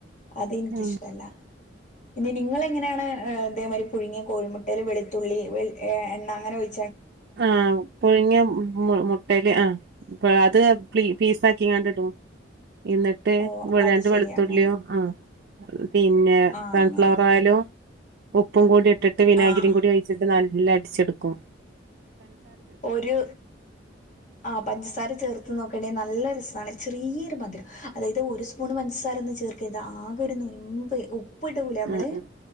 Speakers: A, on the left; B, on the right.
A: അതെനിക്കിഷ്ട്ടല്ല
B: ഉം ഉം
A: പിന്നെ നിങ്ങള് എങ്ങനാണ് ഏഹ് ഇതേ മാതിരി പുഴുങ്ങിയ കോഴി മുട്ടെല് വെളുത്തുള്ളി വെള് എണ്ണ അങ്ങനെ ഒഴി
B: ആഹ് പുഴുങ്ങിയ മു മുട്ടെല് ആഹ് പ്പോ ത് പ്ലീ പീസാക്കിഅങ്ങാടിടും എന്നിട്ട്
A: ഓ
B: വെള്
A: അത്
B: രണ്ട്
A: ശരി
B: വെളുത്തുള്യാകേ
A: അങ്ങനെ
B: പിന്നെ
A: ആ
B: സൺഫ്ലവർ
A: അങ്ങനെ
B: ഓയിലോ ഉപ്പും കൂടി ഇട്ടിട്ട് വിനാഗിരിം
A: ആ ആ
B: കൂടി ഒഴിച്ചിട്ട് നല് ല്ലാം അടിച്ചെടുക്കോ
A: ഒരു ആ പൻസാര ചേർത്ത് നോക്ക് തിന് നല്ല രസാണ് ചെറിയൊരു മധുരം അതായത് ഒരു സ്പൂണ് പൻസാരൊന്നും ചേർക്കരുത് ആകൊരു നുൻബ് ഉപ് ഉപ്പിടുല്ലേ നമ്മള്
B: ഉം ഉം